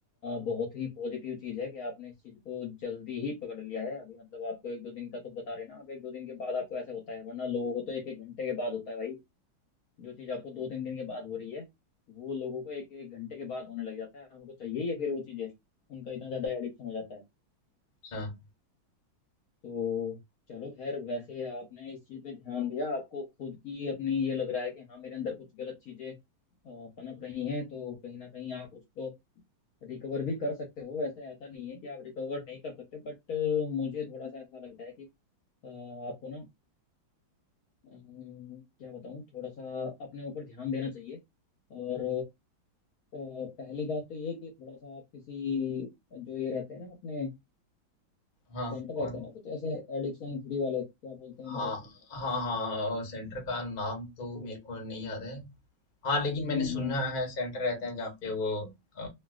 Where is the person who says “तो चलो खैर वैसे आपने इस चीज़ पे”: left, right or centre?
Left